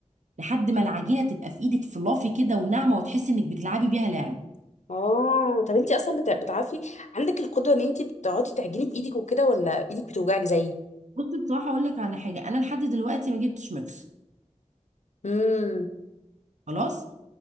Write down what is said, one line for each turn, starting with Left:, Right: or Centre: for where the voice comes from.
Right: لحد ما العجينة تبقى في ايدك فلافي كده وناعمة وتحسي انك بتلعبي بيها لعب
Left: اه طب انتي اصلا بتع- بتعرفي عندك القدرة ان انتي بتقعدي تعجني بايدك وكده ولا ايدك بتوجعك زيي
Right: بصي بصراحة اقول لك على حاجة انا لحد دلوقتي ما جبتش ميكس
Left: امم
Right: خلاص